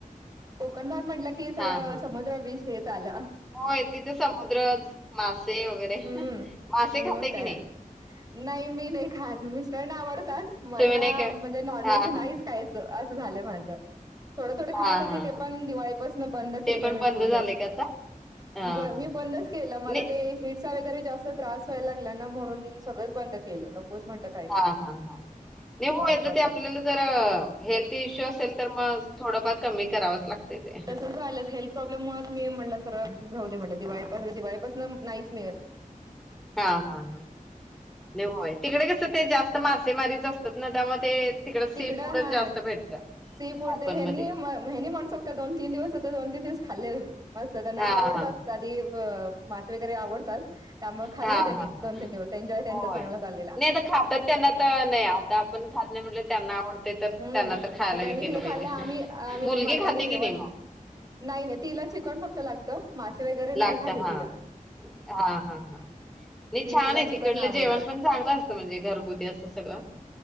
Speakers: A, on the right; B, in the centre.
A: कोकण भाग म्हटलं की सगळं
B: हा हा
A: समुद्र बीच हे आल.
B: होय, तिथे समुद्रचं मासे वगैरे
A: हम्म
B: मासे खातयं
A: मग काय
B: की नाही?
A: नाही मी नाही खात, मिस्टरांना आवडतात मला
B: तुम्ही नाही का
A: म्हणजे नॉनव्हेज
B: हा
A: नाही
B: हा
A: खायचं असं झालंय माझं. थोडं थोडे खात
B: हा
A: होते
B: हा
A: ते
B: हा
A: पण दिवाळीपासनं बंद
B: ते
A: केलय
B: पण
A: मी
B: बंद
A: पूर्णच.
B: झाले का आता हा
A: ब
B: हा
A: मी बंदच केलं मला
B: नाही
A: ते हे वगैरे जास्त त्रास व्हायला लागला ना म्हणून सगळंच बंद केलं नकोचंं म्हटलं.
B: अ, हा, हा, नाही
A: नको
B: ते
A: आता
B: आपल्याला जर हेल्थ इश्यू असेल तर मग थोडंफार कमी करावंच लागतं. ते, ते.
A: लत हेल् <unintelligible> प्रॉब्लेम मुळे मी म्हटलं सरळ राहूदे दिवाळीपासून नाहीचं मिळेतं.
B: हा, हा हा, लय भाव, तिकडे कसं ते जास्त मासेमारीच असतात ना त्यामुळे ते तिकडे सी
A: तिकडं
B: फूडच
A: हाय
B: जास्त भेटतं.
A: सी फूड
B: कोकणमध्ये
A: हेनी हेनी म्हणू शकतो दोन तीन दिवस होतो दोन तीन दिवस खाल्ले. मस्त त्यांना
B: हा हा
A: आवडतात आधी मासे वगैरे आवडतात. त्यामुळे खाल्ले
B: हा
A: त्यांनी
B: हा हा
A: दोन तीन दिवस एन्जॉय त्यांचा
B: होय.
A: चांगला चाललेला.
B: नाही आता खातात त्यांना आता नाही. आता आपण खात नाही म्हणलं त्यांना आवडते तर
A: हम्म
B: त्यांना तर खायला
A: मग त्यांनी
B: हे केलं पाहिजे.
A: खाल्लं आम्ही आम्ही
B: मुलगी
A: मालवणी
B: खाते की
A: जेवण
B: नाही मग?
A: नाही नाही. तिला चिकण फक्त लागतं. मासे वगैरे
B: लागत
A: नाही खाल्ली
B: हा
A: तिनं.
B: हा हा हा. नाही
A: ती
B: छान
A: तिला
B: आहे.
A: चिकन
B: तिकडलं
A: आवडतं.
B: जेवण पण चांगलं असतं, म्हणजे घरगुती असं सगळं.